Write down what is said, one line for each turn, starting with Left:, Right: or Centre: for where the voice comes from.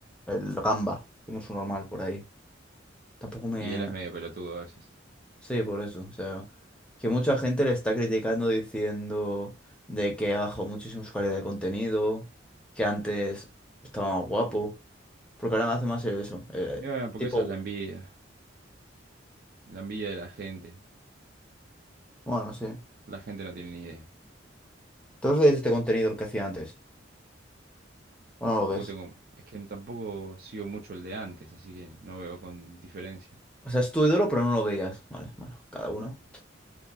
Centre: el gamba, que no es un normal por ahí. Tampoco me,
Right: Y él es medio pelotudo a veces.
Centre: Sí, por eso. O sea, que mucha gente le está criticando diciendo de que ha bajado muchísimo su calidad de contenido, que antes estaba más guapo, porque ahora me hace más eso. eh,
Right: Y bueno, porque
Centre: tipo,
Right: esa es la envidia, la envidia de la gente.
Centre: bueno, sí.
Right: La gente no tiene ni idea.
Centre: Todos veis este contenido el que hacía antes, o no
Right: Tampoco
Centre: lo ves.
Right: tengo, es que tampoco sigo mucho el de antes, así que no veo con diferencia.
Centre: O sea, es tu ídolo, pero no lo veías. Vale, bueno, cada uno.